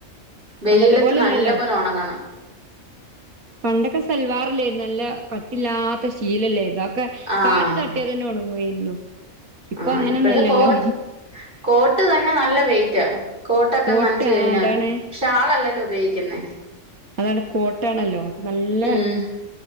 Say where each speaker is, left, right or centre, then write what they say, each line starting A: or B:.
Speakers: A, on the right (about 35°); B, on the right (about 85°).
A: വെയിലത്ത്
B: പണ്ടത്തെ പോലെല്ലല്ലോ
A: നല്ല പോലെ ഉണങ്ങണം.
B: പണ്ടൊക്കെ സൽവാറല്ലേന്നോ നല്ല കട്ടില്ലാത്ത ശീലല്ലേന്നോ താ
A: ആഹ്
B: കാറ്റ് തട്ടിയ തന്നെ ഒണങ്ങുവായിരുന്നു. പ്പൊ
A: ആഹ്
B: അങ്ങനെന്നുംല്ലല്ലോ
A: ഇപ്പഴത്തെ കോട്ട് കോട്ട് തന്നെ നല്ല വെയിറ്റാ കോട്ടൊക്കെ
B: കോട്ട്
A: നൻച്ച് കഴിഞ്ഞാല്
B: ആ അതാണ്
A: ക്ഷെ ആളല്ലല്ലോ ഉപയോഗിക്കുന്നെ
B: അതാണ് കോട്ടയാണല്ലോ അപ്പൊ നല്ല
A: ഉം